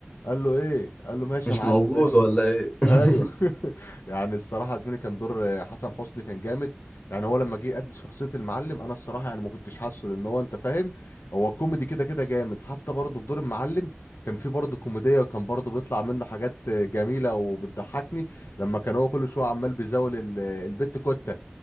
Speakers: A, on the left; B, on the left.
A: قال له ايه قال له ماشي
B: مش
A: يا معلم
B: موجود
A: ماشي
B: ولا ايه <laughs>
A: ايوه <laughs> يعني الصراحه يا زميلي كان دور حسن حسني كان جامد يعني هو لما جه قد شخصيه المعلم انا الصراحه يعني ما كنتش حاسه لان هو انت فاهم هو كوميدي كده كده جامد حتى برضه في دور المعلم كان في برضه كوميديا وكان برضه بيطلع منه حاجات جميلة وبتضحكني لما كان هو كل شوية عمال بيزاول ال- البت كوتة